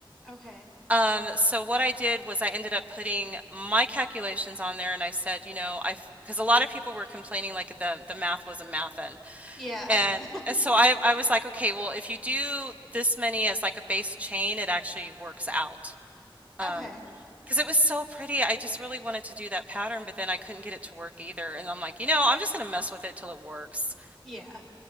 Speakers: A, in the centre; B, on the right.
A: Okay.
B: Um, so what I did was I ended up putting my calculations on there and I said, you know, I because a lot of people were complaining like the the math wasn't mathin'.
A: Yeah.
B: And
A: <laughs>
B: uh, so I I was like, okay, well, if you do this many as like a base chain, it actually works out. Um,
A: Okay.
B: because it was so pretty. I just really wanted to do that pattern, but then I couldn't get it to work either. And I'm like, you know, I'm just gonna mess with it till it works.
A: Yeah.